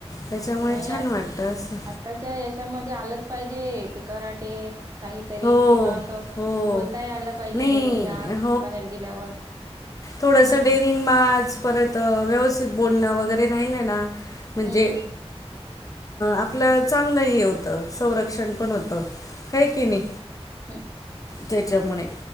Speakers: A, on the left; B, on the right.
A: त्याच्यामुळे
B: नाही
A: छान
B: आ,
A: वाटतं असं
B: आत्ताच्या याच्यामध्ये आलंच पाहिजे ते कराटे काहीतरी
A: हो,
B: किंवा असं
A: हो.
B: बोलताही आला पाहिजे
A: नाही,
B: मुलींना, बाहेर गेल्यावर
A: थोडसं
B: हम्म
A: डेरिंग बाज, परत व्यवस्थित बोलणं वगैरे राहिलं ना, म्हणजे
B: हम्म
A: आपलं चांगलं हे होतं, संरक्षण पण होतं, है की नी
B: हम.
A: त्याच्यामुळे,